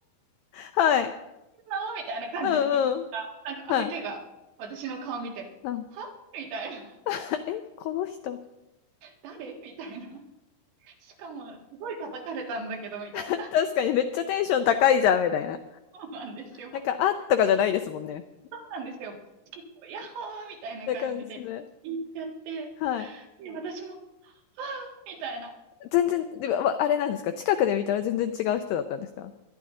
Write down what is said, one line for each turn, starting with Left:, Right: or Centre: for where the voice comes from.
Left: はい。
Right: てんのみたいな感じで言ったら、
Left: うんうん。
Right: なんか相手が私の顔見て、
Left: はい。うん。
Right: はみたいな。
Left: <laughs> え、この人。
Right: 誰みたいな。しかも、すごい叩かれたんだけど、みたいな。
Left: <laughs> 確かにめっちゃテンション高いじゃんみたいな。
Right: そうなんですよ。
Left: なんか、あ、とかじゃないですもんね。
Right: そうなんですよ。結構、ヤッホーみたいな感じで言っちゃって、
Left: って感じで。はい。
Right: で、私も、みたいな。
Left: 全然、でも、わあれなんですか、近くで見たら全然違う人だったんですか？